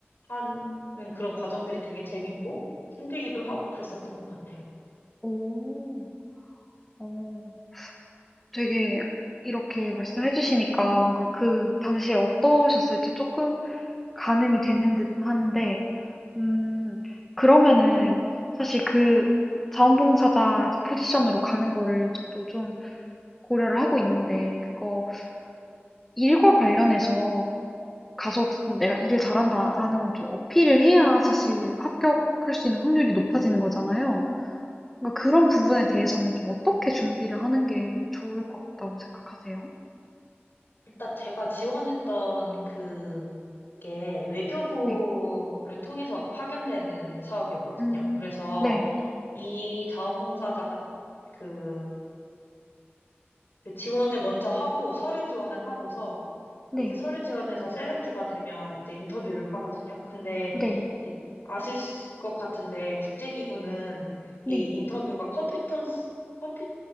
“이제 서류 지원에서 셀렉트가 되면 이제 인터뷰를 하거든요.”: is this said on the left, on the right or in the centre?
Left